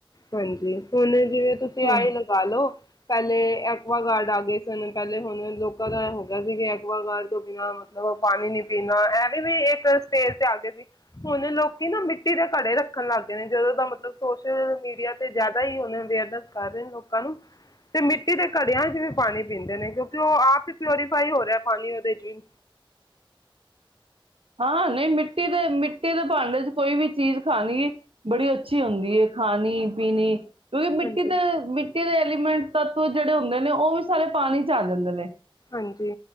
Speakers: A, on the left; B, on the right.
A: ਹਾਂਜੀ ਹੁਨ ਜਿਵੇਂ ਤੁਸੀਂ
B: ਹਮ,
A: ਆਏ ਲਗਾਲੋ ਪਹਿਲੇ ਐਕੁਆਗਾਰਡ ਆ ਗਏ ਸਨ ਪਹਿਲੇ ਹੁਣ ਲੋਕਾਂ ਦਾ ਹੋ ਗਿਆ ਸੀ ਕਿ ਐਕੁਆਗਾਰਡ ਤੋਂ ਬਿਨਾਂ ਮਤਲਬ ਪਾਣੀ ਨੀ ਪੀਣਾ ਇਹ ਵੀ ਵੀ ਇੱਕ ਸਟੇਜ ਤੇ ਆ ਗਏ ਸੀ ਹੁਣ ਲੋਕੀ ਨਾ ਮਿੱਟੀ ਦੇ ਘੜੇ ਰੱਖਣ ਲੱਗਦੇ ਨੇ ਜਦੋਂ ਦਾ ਮਤਲਬ ਸੋਸ਼ਲ ਮੀਡੀਆ ਤੇ ਜ਼ਿਆਦਾ ਹੀ ਉਹਨ ਅਵੇਅਰਨੈਸ ਕਰ ਰਹੇ ਨੇ ਲੋਕਾਂ ਨੂੰ ਤੇ ਮਿੱਟੀ ਦੇ ਘੜਿਆਂ ਚ ਵੀ ਪਾਣੀ ਪੀਂਦੇ ਨੇ ਕਿਉਂਕਿ ਉਹ ਆਪ ਹੀ ਪਿਓਰੀਫਾਈ ਹੋ ਰਿਹਾ ਪਾਣੀ ਉਹਦੇ ਚ ਵੀ
B: ਹਾਂ ਨਹੀਂ ਮਿੱਟੀ ਦੇ ਮਿੱਟੀ ਦੇ ਭਾਂਡੇ ਚ ਕੋਈ ਵੀ ਚੀਜ਼ ਖਾਣੀ ਬੜੀ ਅੱਛੀ ਹੁੰਦੀ ਹੈ ਖਾਣੀ ਪੀਣੀ ਕਿਉਂਕਿ ਮਿੱਟੀ
A: ਹਾਂਜੀ
B: ਤੇ ਮਿੱਟੀ ਦੇ ਲੀਮੈਂਟ ਤੱ ਜਿਹੜੇ ਹੁੰਦੇ ਨੇ ਉਹ ਵੀ ਸਾਰੇ ਪਾਣੀ 'ਚ ਆ ਜਾਂਦੇ ਨੇ
A: ਹਾਂਜੀ